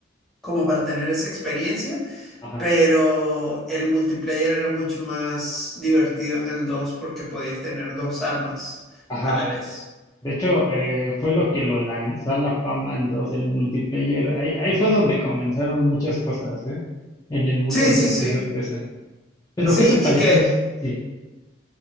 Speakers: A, in the centre; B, on the left (about 15°).
A: como para tener esa experiencia.
B: ajá,
A: pero el multiplayer era mucho más divertido en el 2 porque podías tener dos armas
B: ajá,
A: a la vez.
B: De hecho, eh, fue lo que lo lanzó a la fama al 2 el multiplayer. Ahí, ahí fue donde comenzaron muchas cosas, ¿eh? En el mundo
A: Sí,
B: de
A: sí,
B: los
A: sí.
B: FPS. Pero,
A: Sí,
B: ¿qué te parece?
A: y que,
B: Sí,